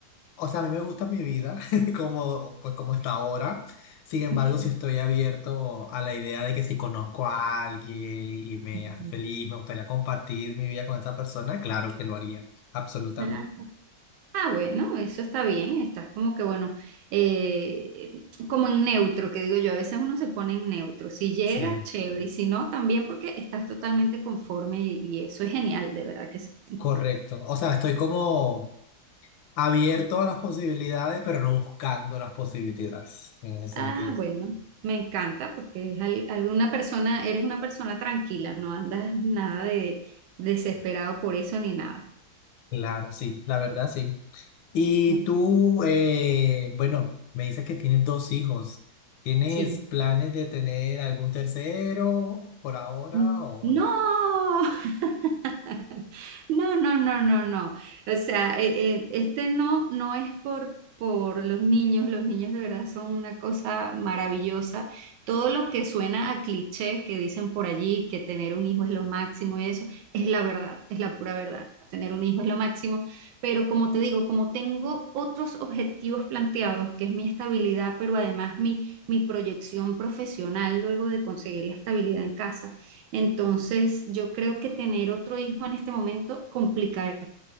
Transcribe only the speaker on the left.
O sea, a mí me gusta mi vida <laughs> como, pues, como está ahora. Sin embargo,
si estoy abierto a la idea de que si conozco a alguien y me
hace feliz, me gustaría compartir mi vida con esa persona, claro que lo haría. Absolutamente.
Sí,
correcto. O sea, estoy como abierto a las posibilidades, pero no buscando las posibilidades en ese
sentido.
Claro, sí, la verdad, sí. Y
tú, eh, bueno, me dices que tienes dos hijos. ¿Tienes
planes de tener algún tercero por ahora
o
no?